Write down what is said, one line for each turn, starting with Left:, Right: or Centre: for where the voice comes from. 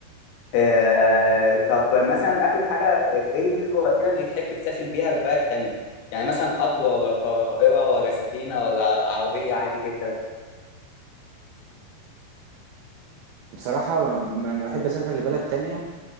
Left: آه، طب مثلا آخر حاجة آه، إيه الوسيلة اللي تحب تسافر بيها لبلد تانية؟ يعني مثلا قطر ولا طائرة ولا سفينة ولا عربية عادي جدا
Right: بصراحة ما ما بحب أسافر لبلد تانية